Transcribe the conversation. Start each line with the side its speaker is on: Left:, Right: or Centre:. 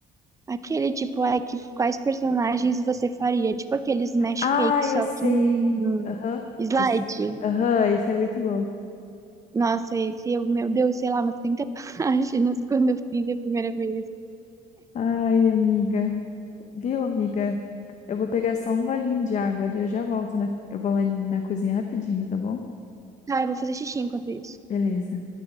Right: Aquele tipo, é que quais personagens você faria? Tipo aqueles smash
Left: Ai,
Right: cake, só
Left: eu sei.
Right: que em
Left: Aham,
Right: slide.
Left: esse, aham, esse é muito bom.
Right: Nossa, esse, eu, meu Deus, sei lá, umas 30 <laughs> páginas quando eu fiz a primeira vez.
Left: Ai, amiga. Viu, amiga? Eu vou pegar só um golinho de água ali, eu já volto, né? Eu vou lá na cozinha rapidinho, tá bom?
Right: Ah, eu vou fazer xixi enquanto isso.
Left: Beleza.